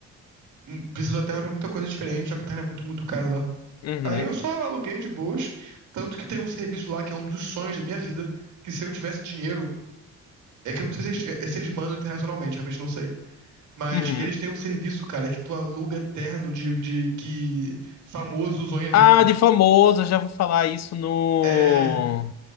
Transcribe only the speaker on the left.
Uhum,
uhum.
Ah, de famoso, eu já vou falar isso no,